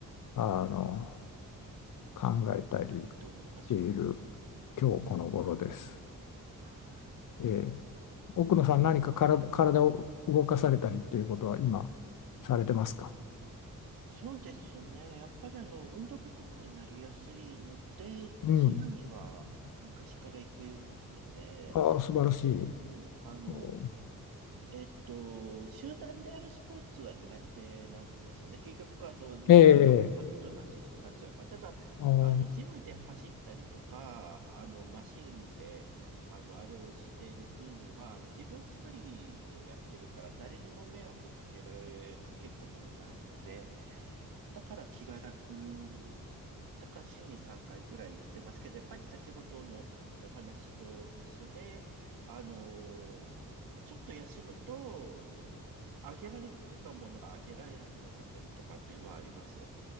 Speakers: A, on the left; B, on the right.
A: あの
B: すね。
A: 考えたり
B: あ、いいと思いますよ。
A: している
B: うん。
A: 今日この頃です。
B: はい。
A: えー、奥野さん何か体、
B: ああ。
A: 体を動かされたりっていうことは今されてますか
B: そうですね。やっぱりあの、運動不足になりやすいので、
A: うん
B: ジムには昔から行くようにしてて、
A: ああ、素晴らしい。
B: うん、あの、
A: うん
B: えっと、集団でやるスポーツは苦手なんですよね。結局、あの、自分が他の人の足引っ張っちゃうから。
A: ええ
B: ただ、
A: あー
B: あの、ジムで走ったりとか、あの、マシンで、あの、あれをしている分には、あの、自分一人でやってるから、誰にも迷惑をかけられ、かけることもないので、だから気が楽に、だから週に3回ぐらい行ってますけど、やっぱり先ほどのお話と一緒で、あのーちょっと休むと、いあげられてたものがあげられなくなっちゃったりとかっていうのはあります。